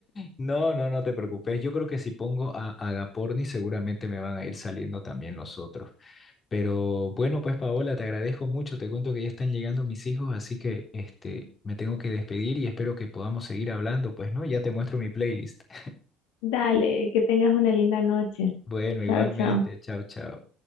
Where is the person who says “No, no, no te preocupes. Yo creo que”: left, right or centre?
Left